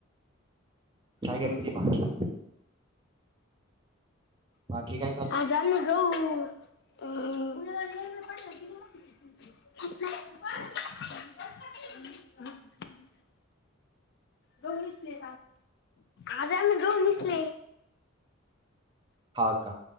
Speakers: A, on the right; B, on the left.
A: काय
B: हम्म.
A: करते बाकी? बाकी काय का
B: <unintelligible> <unintelligible> दोन दिसले आज आम्ही दोन दिसले
A: हा का